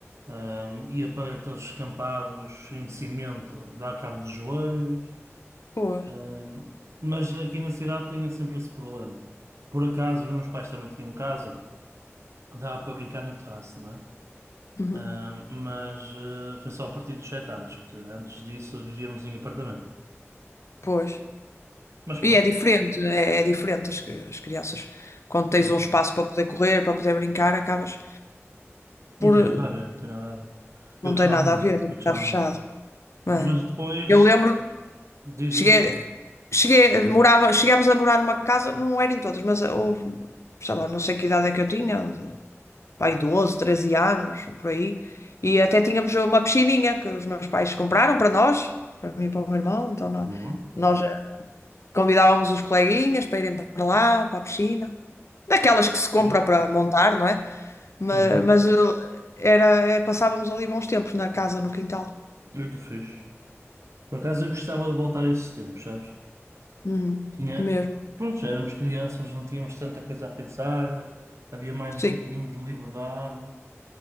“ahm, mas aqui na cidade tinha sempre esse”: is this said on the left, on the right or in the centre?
Right